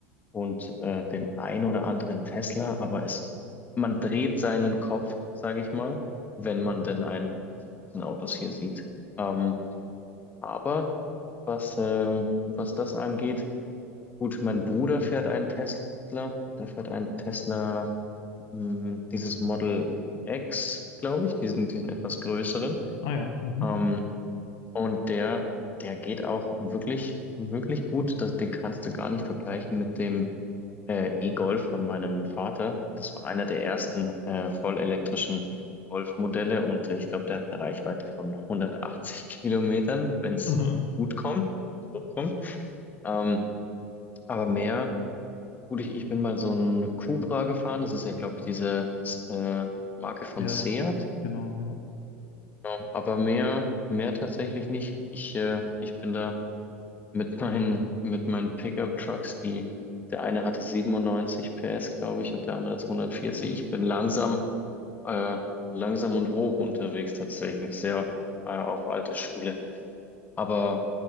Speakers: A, on the left; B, on the left.
A: und äh, den ein oder anderen Tesla, aber es, man dreht seinen Kopf, sage ich mal, wenn man
B: Ja.
A: denn ein, eins von diesen Autos hier sieht. Ähm, aber was, ähm, was das angeht, gut, mein Bruder fährt einen Tesla, der fährt einen Tesla, mh, dieses Model X, glaube ich, diesen, diesen etwas größeren.
B: Ah ja. Mhm.
A: Ähm, und der, der geht auch wirklich, wirklich gut. Das, den kannst du gar nicht vergleichen mit dem äh, E-Golf von meinem Vater. Das war einer der ersten äh, vollelektrischen Golfmodelle und äh, ich glaube, der hat eine Reichweite von 180 Kilometern, wenn es
B: <laughs>
A: gut kommt, wenn's hochkommt. Ähm, aber mehr, gut, ich, ich bin mal so ein Cupra gefahren. Das ist ja, glaube ich, diese äh, Marke von
B: Ja,
A: Seat.
B: genau, ja.
A: Genau. Aber mehr, mehr tatsächlich nicht. Ich, äh, ich bin da. mit meinen, mit meinen Pickup-Trucks, die, der eine hatte 97 PS, glaube ich, und der andere 240. Ich bin langsam, äh, langsam und hoch unterwegs tatsächlich, sehr, äh, auf alte Schule. Aber